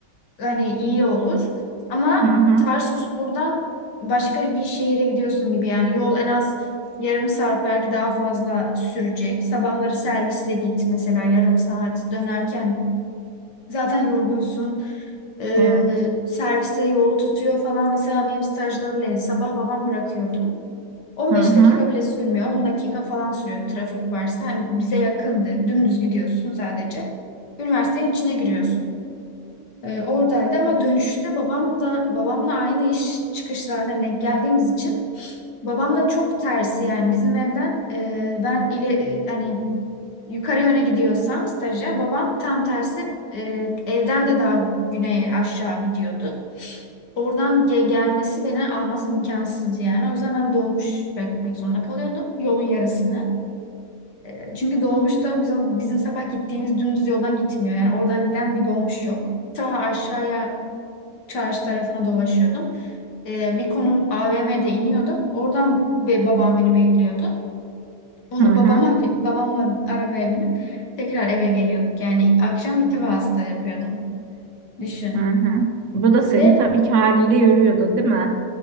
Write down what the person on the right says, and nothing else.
Hı hı.
Evet.
Hı hı
hı
hı hı. hı. Bu da seni
tabii ki haliyle yoruyordu, değil mi?